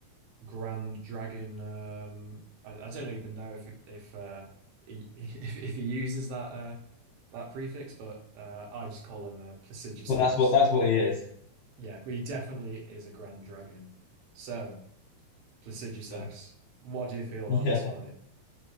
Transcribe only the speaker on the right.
Grand Dragon. Um, I, I don't even know if if uh, he <laughs> if, if he uses that uh, that prefix, but uh, I just call him a Placidiosax.
Yeah, but he definitely is a Grand Dragon. So Placidiosax,
what do you feel about
this fight?